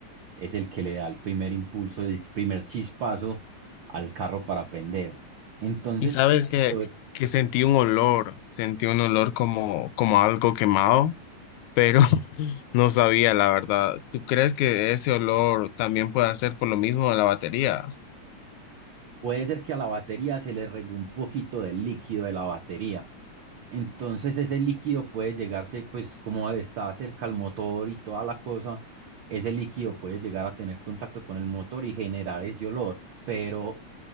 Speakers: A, on the right; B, on the left.
A: es el que le da el primer impulso, el primer chispazo al carro para prender. Entonces,
B: Y sabes
A: ¿qué te
B: que,
A: pod-
B: que sentí un olor, sentí un olor como, como algo quemado, pero <laughs> no sabía la verdad. ¿Tú crees que ese olor también puede ser por lo mismo de la batería?
A: puede ser que a la batería se le regó un poquito del líquido de la batería. Entonces ese líquido puede llegarse, pues como está cerca al motor y toda la cosa, ese líquido puede llegar a tener contacto con el motor y generar ese olor, pero